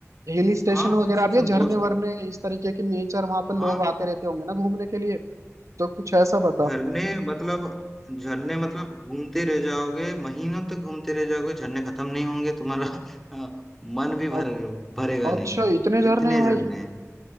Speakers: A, on the right; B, in the centre.
A: हिल स्टेशन
B: हाँ हिल
A: वगैरह
B: स्टेशन
A: भी है झरने
B: बोल सकते
A: वरने इस तरीके के नेचर वहां पे
B: हो। हाँ
A: लोग आते रहते होंगे ना घूमने के लिए तो कुछ ऐसा बता
B: झरने मतलब झरने मतलब घूमते रह जाओगे महीनों तक घूमते रह जाओगे झरने खत्म नहीं होंगे तुम्हारा <laughs> हाँ, मन भी
A: अ-
B: भर भरेगा
A: अच्छा
B: नहीं
A: इतने झरने
B: इतने
A: हैं भाई
B: झरने हैं